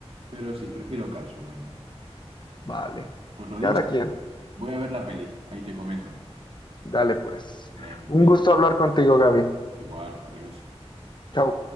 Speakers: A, on the right; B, on the left.
A: Pero sí, prefiero Cars uno yo.
B: Vale,
A: Pues lo
B: cada
A: dicho,
B: quien.
A: voy a ver la peli, ahí te comento.
B: Dale pues.
A: Bien,
B: Un
A: cuida-
B: gusto hablar contigo, Gaby.
A: Igual, adiós.
B: Chao.